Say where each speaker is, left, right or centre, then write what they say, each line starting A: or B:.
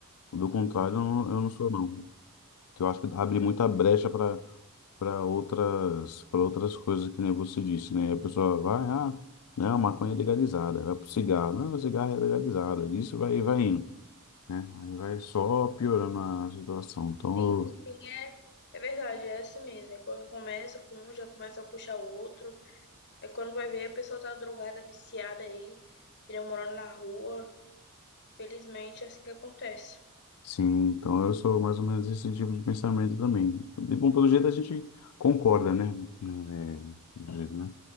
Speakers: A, on the left; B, on the left.
A: Do contrário, eu não, eu não sou não. Que eu acho que abre muita brecha para para outras para outras coisas que nem você disse, né? A pessoa vai, ah, não, maconha é legalizada, vai pro cigarro, não, o cigarro é legalizado, isso vai vai indo né? Aí vai só piorando a situação. Então,
B: Sim,
A: eu-
B: sim, é, é verdade, é assim mesmo. É quando começa com um, já começa a puxar o outro. É quando vai ver, a pessoa tá drogada, viciada aí, ele morando na rua. Felizmente, é assim que acontece.
A: sim, então eu sou mais ou menos esse tipo de pensamento também. E, Bom, pelo jeito a gente concorda, né? Né, é, do jeito, né?